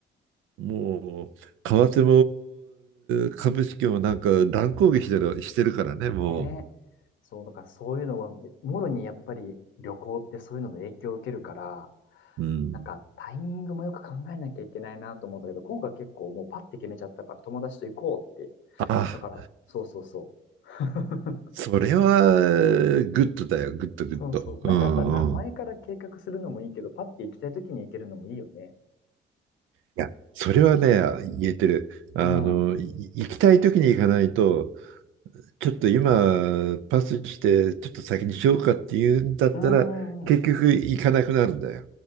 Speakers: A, on the right; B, on the left.
A: もう、為替も株式もなんか乱高下してる、してるからね、
B: ねえ。
A: も
B: そう、だからそういうのは、もろにやっぱり旅行ってそういうので影響を受けるから、
A: う。うん。
B: なんかタイミングもよく考えなきゃいけないなと思うんだけど、今回結構もうパッて決めちゃったから友達と行こうって。
A: ああ、
B: だから、そうそうそう。<laughs>
A: それは、グッドだよ、グッド、グッド。
B: そうそう。なんかやっぱな、
A: うんうん。
B: 前から計画するのもいいけど、
A: い
B: パッて行きたい時に行けるのもいいよね。
A: や、それはね、言えてる。あの、
B: うん。
A: い行きたい時に行かないと、ちょっと今、パスして、ちょっと先にしようかっていうんだったら、
B: うんうんうん。
A: 結局行かなくなるんだよ。